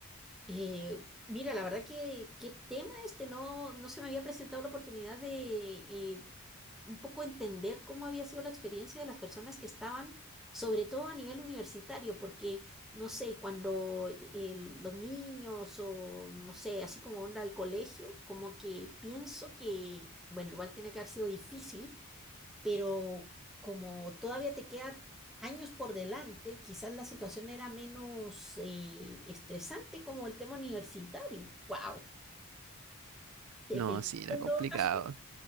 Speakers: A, in the centre; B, on the right.
A: Eh, mira, la verdad que qué tema este, no, no se me había presentado la oportunidad de eh, un poco entender cómo había sido la experiencia de las personas que estaban, sobre todo a nivel universitario, porque, no sé, cuando eh, los niños o, no sé, así como onda al colegio, como que pienso que, bueno, igual tiene que haber sido difícil pero como todavía te queda años por delante, quizás la situación era menos eh, estresante como el tema universitario. ¡Wow! Te
B: No,
A: felicito
B: sí, era
A: en
B: complicado.
A: todo caso.